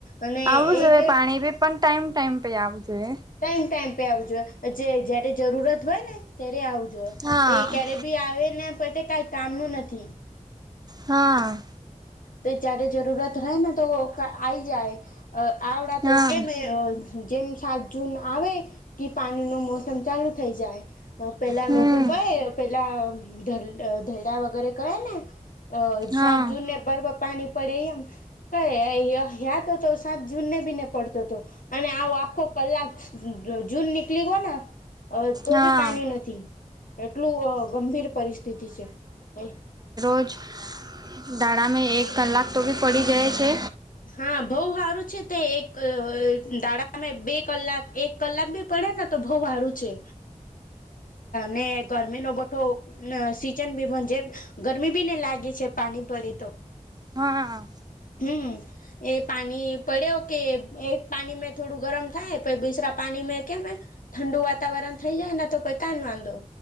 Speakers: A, on the left; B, on the right.
A: અને
B: આવું
A: એ
B: જ હવે
A: કે
B: પાણી બી પણ ટાઈમ ટાઈમ પે આ આપ પ જોએ.
A: ટાઈમ ટાઈમ પે આવજો જે જયારે જરૂરત હોય ને ત્યારે આવજો.
B: હા
A: એ ક્યારે બી આવે ને પોતે કઈ કામનું નથી.
B: હા.
A: જય્યારે જરૂરત રહેાય ને તો આઈ જાય. આવડા
B: હા
A: તો કેમે જેમ સા જૂન આવે, કે પાણી નું મોસમ ચાલુ થઈ જાય, પેલા
B: હમ
A: લોકો કહે પેલા ધરડા વગેરે કે ને,
B: હા
A: સાત જૂનને પર્વ પાણી પડેમ, કયા તો તો સાત જૂને બી ને પડતો હતો, અને આવ આખો કલાક જૂન નીકળી ગયો ને તો
B: હા
A: બી પાણી નથી. એટલું ગંભીર પરિસ્થિતિ છે, ક
B: દાડામાં એક કલાક તો બી પડી જાય છે.
A: હા બઉ સારું છે તે એક દાડામાં બે કલાક એક કલાક બી પ ે તો બઉ હારુ છે. ને ગરમી ન બટો સીઝન બીજ, ગરમી બી ને લાગે. છે પાણી પડે તો.
B: હા.
A: હમ એ પાણી પડ્યો કે એક પાણી મેં થોડું ગરમ થાય પ બીસરા પાણી મે કેમ, ઠંડુ વાતાવરણ થઈ જાય ને તો પઈ કાન વાંધો.